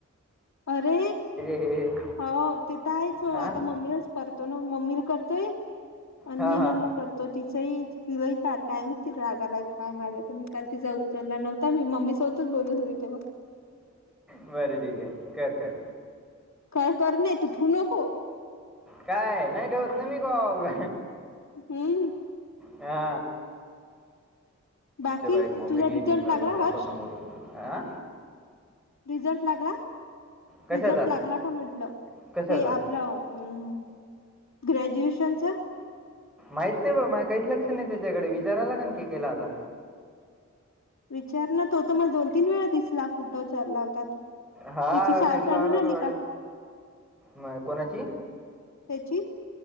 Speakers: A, on the left; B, in the centre.
A: अरे
B: हे हे
A: हो तेिथ आहेच हो
B: हा
A: आता मम्मी करतो ना मम्मी ल करतोय आणि
B: हा
A: मीना
B: हा
A: ल करतो तिचंही तिलाही कार काय म ति रागालाय काय माझा तर मी का तिचा उचलला नव त्या मी मम्मीसोबतच बोलत हो तेव्हा
B: बरं ठीक आय कर कर
A: कॉल करणे तू ठिवू नको
B: काय नाइ ठेवत ना मी कॉल
A: हम्म
B: हा
A: बाकी
B: ते बाई मॉमेडीयन
A: तुझा रिझल्ट
B: येऊू लागला <unintelligible>
A: हर्ष
B: समोरून अ
A: रिझल्ट लागला
B: कशाचा
A: रिझल्ट लागला का म्हटलं
B: कशाचा
A: हे आपलं अम् ग्रॅज्युएशनच
B: माहित नाही बा काहीच लक्ष नाही त्याच्याकडे विचारायला काण की केला आता
A: विचार ना तो त मला दोन तीन वेळा दिसला कुठं चाललावता त
B: हा
A: त्याची शाळा
B: फिरू लागला
A: चालू झाली
B: तो गाडी
A: का
B: म कोणाची.
A: त्याची